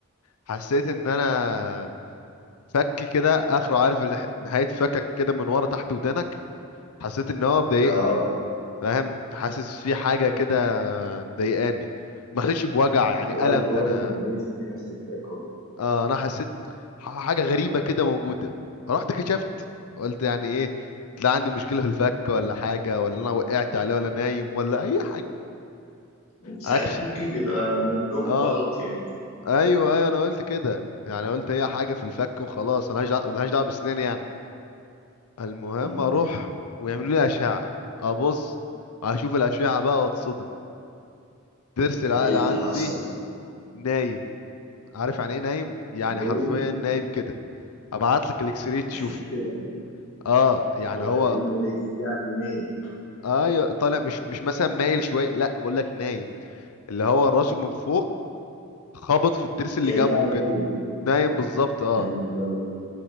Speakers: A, on the left; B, on the left.
A: حسيت ان انا فكي كده اخره عارف الح- نهاية فكك كده من ورا تحت ودانك حسيت ان هو مضايقني
B: اه
A: فاهم حاسس في حاجه كده مضايقاني ما حسيتش بوجع يعني
B: والدي
A: الم
B: برضه
A: ده انا
B: كان بيشتكي نفس الشكوى
A: اه انا حسيت ح- حاجه غريبه كده موجوده رحت كشفت قلت يعني ايه طلع عندي مشكله في الفك ولا حاجه ولا انا وقعت عليه ولا نايم ولا اي حاجه
B: وساعات
A: اكشي
B: ممكن بيبقى من النوم
A: اه
B: غلط يعني
A: ايوه ايوه انا قلت كده يعني قلت هي حاجه في الفك وخلاص انا ملهاش دعوه ملهاش دعوة بسناني يعني المهم
B: مم.
A: اروح ويعملوا لي اشعه ابص اشوف الاشعه بقى واتصدم ضرس العقل
B: ايه اللي
A: عندي
B: حصل
A: نايم عارف يعني ايه نايم يعني
B: نايم
A: حرفيا نايم كده ابعت لك الاكس راي تشوف
B: كده
A: اه يعني
B: وريني
A: هو
B: الاكس دي على الايميل
A: ايوه طالع مش مش مثلا مايل شويه لا بقول لك نايم اللي هو راسه من فوق خبط في الضرس اللي
B: كانها
A: جنبه
B: نايم
A: كده نايم بالظبط اه
B: يا نهار ابيض